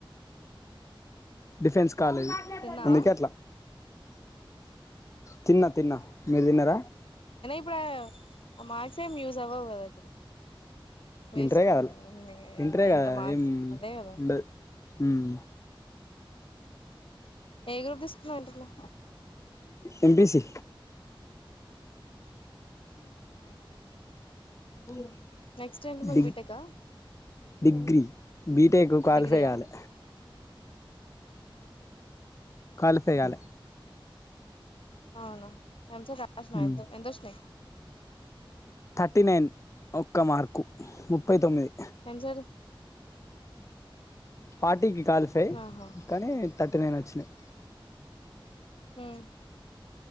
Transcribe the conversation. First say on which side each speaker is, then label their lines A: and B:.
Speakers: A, on the left (about 35°); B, on the left (about 75°).
A: డిఫెన్స్ కాలేజ్
B: తిన్నావా
A: అందుకేట్లా తిన్నా తిన్నా మీరు తిన్నారా
B: ఇప్పుడ మాక్సిం యూజ్ అవ్వవు కదా ఇప్పుడు వేస్ట్
A: ఇంటర్ ఏ కాదా
B: ఎంత
A: ఇంటర్ ఏ
B: ఇంత
A: కాద
B: మార్క్స్
A: ఏం
B: అదే కదా
A: ఉండది. ఉమ్
B: ఏ గ్రూప్ తీసుకున్నావ్ ఇంటర్లో
A: ఎంపిసి
B: అవునా
A: <unintelligible>
B: నెక్స్ట్ ఏంటి
A: డిగ్
B: బిటెక్ ఆ
A: డిగ్రీ బీటెక్ క్వాలిఫై
B: డిగ్రీయా
A: అయ్యాలి క్వాలిఫై కాలే
B: అవునా టష్న్నా
A: ఉమ్
B: ఎంత ఎంతష్న్నా
A: థర్టీ నైన్ ఒక్క మార్కు ముప్పై తొమ్మిది
B: ఎంసెట్
A: ఫార్టీకి కాలిఫై
B: ఆహా
A: కానీ థర్టీ నైన్ వచ్చినాయి
B: హ్మ్